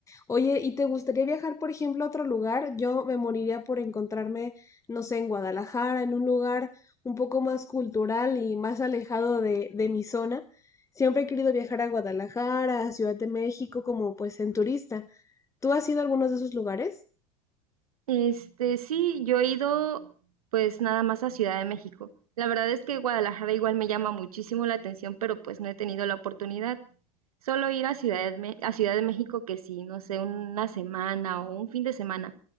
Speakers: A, on the left (about 15°); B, on the right (about 75°).
A: Oye, ¿y te gustaría viajar, por ejemplo, a otro lugar? Yo me moriría por encontrarme, no sé, en Guadalajara, en un lugar un poco más cultural y más alejado de, de mi zona. Siempre he querido viajar a Guadalajara, a Ciudad de México, como pues en turista. ¿Tú has ido a algunos de esos lugares?
B: Este, sí, yo he ido pues nada más a Ciudad de México. La verdad es que Guadalajara igual me llama muchísimo la atención, pero pues no he tenido la oportunidad. Solo ir a Ciudad de, Me- a Ciudad de México que sí, no sé, una semana o un fin de semana.